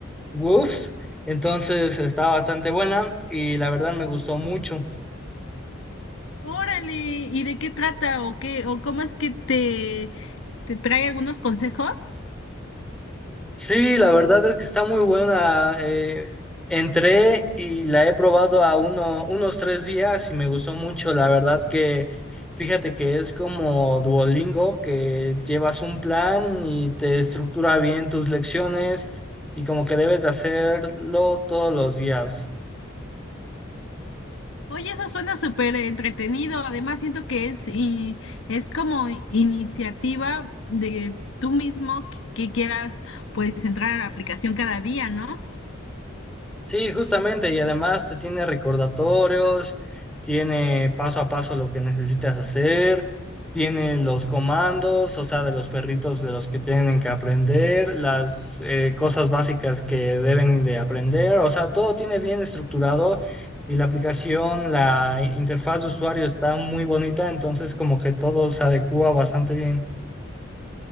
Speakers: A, in the centre; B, on the left.
A: Woofs, entonces está bastante buena y la verdad me gustó mucho.
B: Órale, ¿y de qué trata o qué o cómo es que te te trae algunos consejos?
A: Sí, la verdad es que está muy buena. eh, entré y la he probado a uno, unos tres días y me gustó mucho. La verdad que fíjate que es como Duolingo, que llevas un plan y te estructura bien tus lecciones y como que debes de hacerlo todos los días.
B: Oye, eso suena súper entretenido. Además, siento que es y es como iniciativa de tú mismo que que quieras pues entrar a la aplicación cada día, ¿no?
A: Sí, justamente, y además te tiene recordatorios, tiene paso a paso lo que necesitas hacer, tiene los comandos, o sea, de los perritos de los que tienen que aprender, las eh, cosas básicas que deben de aprender, o sea, todo tiene bien estructurado y la aplicación, la interfaz de usuario está muy bonita, entonces como que todo se adecua bastante bien.